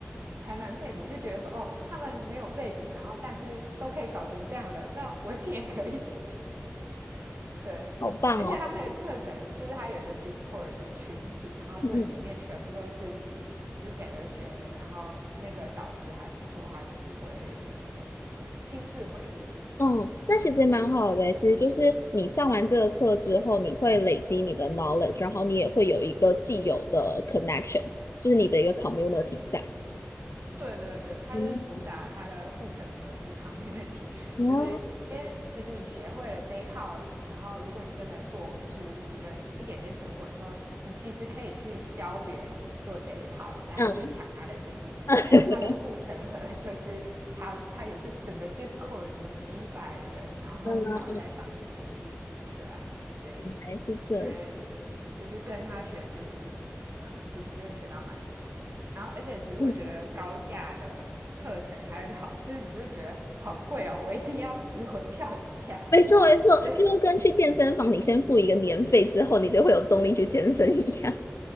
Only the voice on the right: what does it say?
还蛮佩服，就觉得说哦，他们没有背景，然后但是都可以搞成这样了，那我一定也可以。<laughs> 对，
而且他那个课程就是他有一个 Discord 的群组，然后真的里面全部都是
之前的学员，然后那个导师还不错，他就是会呃呃亲自回应。
对对对，它就是主打它的护城河是
community，<laughs>
就是因为其实你学会了这一套，然后如果你真的做出一个一点点成果之后，你其实可以去教别人做这一套，当然就是抢他的生意。
但是他的护城河 <laughs> 就是他他有这整个 Discord 什么几百人，然后他会在上面亲自，
对啊，所以
我觉得就是跟他学 business，呃，其实真的学到蛮多的。然后，而且其实我觉得高价的课程还有一个好处，
就是你就会觉得好贵哦，我一定要值回票价。
所以，